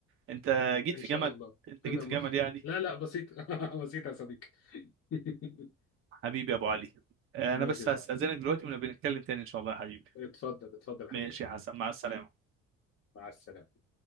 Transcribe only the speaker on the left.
ان
شاء
الله
انا
موافق
لا لا بسيط <laughs> بسيط يا صديقي <laughs>
ماشي
يا
صاحبي
اتفضل اتفضل يا
حبيبي
مع السلامه